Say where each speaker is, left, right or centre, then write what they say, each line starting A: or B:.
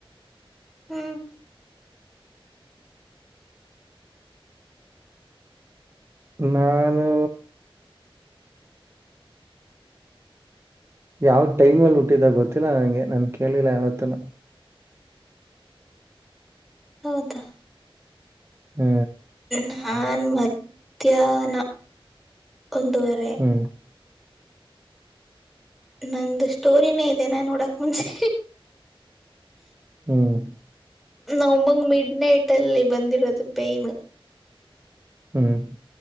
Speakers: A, in the centre; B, on the right.
A: ಹ್ಮ್
B: ನಾನು ಯಾವ್ ಟೈಮ್ ಅಲ್ಲಿ ಹುಟ್ಟಿದಾಗ ಗೊತ್ತಿಲ್ಲ ನಂಗೆ ನನ್ ಕೇಳಲಿಲ್ಲ ಯಾವತ್ತ
A: ಹೌದಾ
B: ಹ್ಮ್
A: ನಾನ್ ಮಧ್ಯಾಹ್ನ ಒಂದುವರೆ
B: ಹ್ಮ
A: ನಂದು ಸ್ಟೋರಿನೇ ಇದೆ ನಾನು ನೋಡಕ ಮುಂಚೆ
B: ಹ್ಮ್
A: ನಾವುಮ್ಮಂಗ ಮಿಡ್ ನೈಟ್ ಅಲ್ಲಿ ಬಂದಿರೋದು ಪೈಯ್ನ್
B: ಹ್ಮ್